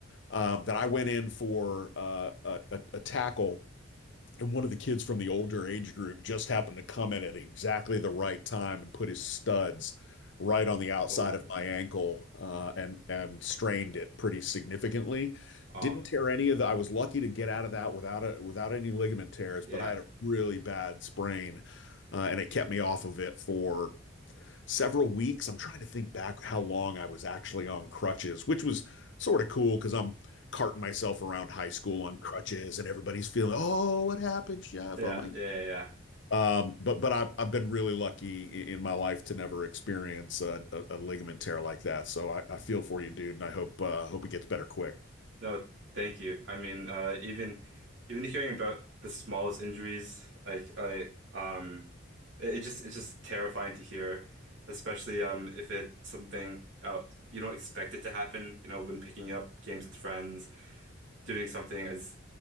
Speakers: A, on the left (about 60°); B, on the right (about 65°).
A: um, that I went in for uh, a, a, a tackle and one of the kids from the older age group just happened to come in at exactly the right time and put his studs right on the outside
B: Oh.
A: of my ankle uh, and and strained it pretty significantly.
B: Oh.
A: Didn't tear any of the. I was lucky to get out of that without a, without any ligament tears,
B: Yeah.
A: but I had a really bad sprain, uh, and it kept me off of it for several weeks. I'm trying to think back how long I was actually on crutches, which was sort of cool because I'm carting myself around high school on crutches and everybody's feeling, oh, what happened, Chef?
B: Yeah.
A: Oh my.
B: Yeah. Yeah.
A: Um, but but I've, I've been really lucky in, in my life to never experience a, a, a ligament tear like that. So I, I feel for you, dude, and I hope uh, hope it gets better quick.
B: No, thank you. I mean, uh, even even hearing about the smallest injuries, like I um it, it just it's just terrifying to hear, especially um if it something uh, you don't expect it to happen, you know, when picking up games with friends. doing something as